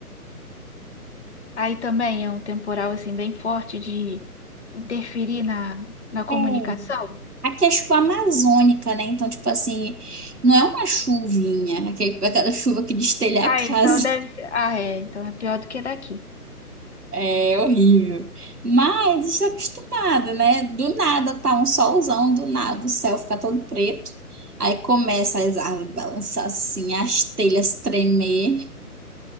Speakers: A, on the left; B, on the right.
A: Aí também é um temporal, assim, bem forte de interferir na, na comunicação.
B: É. Aqui é chuva amazônica, né? Então, tipo assim, não é uma chuvinha, aquele- aquela chuva que destelha
A: Ah,
B: a casa.
A: então deve
B: <laughs>
A: ser. Ah, é. Então é pior do que daqui. <laughs>
B: É horrível. Mas está acostumada, né? Do nada tá um solzão, do nada o céu fica todo preto. Aí começa as árvores balançar assim, as telhas tremer.